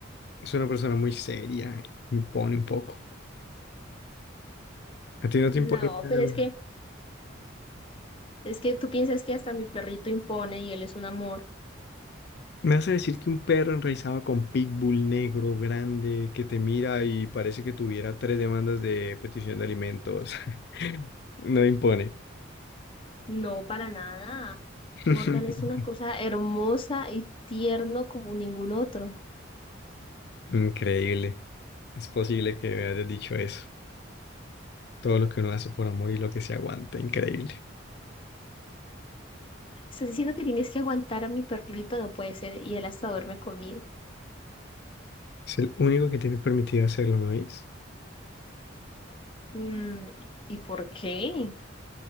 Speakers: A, on the left; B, on the left.
A: Es una persona muy seria, impone un poco. ¿A ti no
B: No,
A: te impone nada?
B: pero es que, es que tú piensas que hasta mi perrito impone y él es un amor.
A: Me vas a decir que un perro enraizado con pitbull negro, grande, que te mira y parece que tuviera tres demandas de petición de alimentos. <laughs> No impone.
B: No, para nada.
A: <laughs>
B: Morgan es una cosa hermosa y tierno como ningún otro.
A: Increíble. Es posible que me hayas dicho eso. Todo lo que uno hace por amor y lo que se aguanta. Increíble.
B: Estás diciendo que tienes que aguantar a mi perrito, no puede ser, y él hasta duerme conmigo.
A: Es el único que tiene permitido hacerlo, ¿me oís?
B: Mm, ¿y por qué?